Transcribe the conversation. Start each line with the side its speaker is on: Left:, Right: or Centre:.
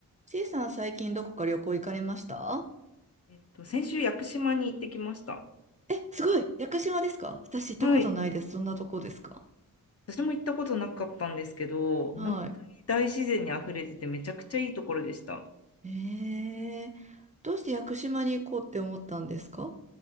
Right: ちいさん最近どこか旅行行かれました
Left: えっと、先週、屋久島に行ってきました。
Right: え、すごい屋久島ですか私行ったことないです。
Left: はい。
Right: どんなとこですか
Left: 私も行ったことなかったんですけど、
Right: はい。
Left: 本当に大自然にあふれてて、めちゃくちゃいいところでした。
Right: えー、どうして屋久島に行こうって思ったんですか